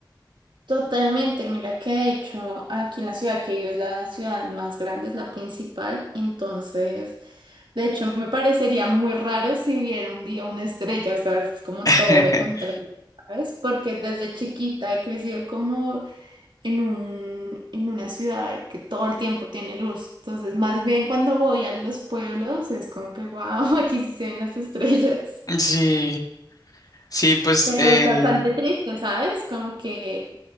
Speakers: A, on the right; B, on the left.
A: Totalmente, mira que de hecho aquí en la ciudad que vivo es la ciudad más grande, es la principal, entonces de hecho me parecería muy raro si viera un día una estrella, o sea, es como
B: <laughs>
A: todo lo contrario, ¿sabes? Porque desde chiquita he crecido como en un, en una ciudad que todo el tiempo tiene luz, entonces más bien cuando voy a los pueblos es como que wow, <laughs> aquí sí se ven las estrellas.
B: Sí, sí, pues
A: Pero
B: eh,
A: es bastante triste, ¿sabes? Como que,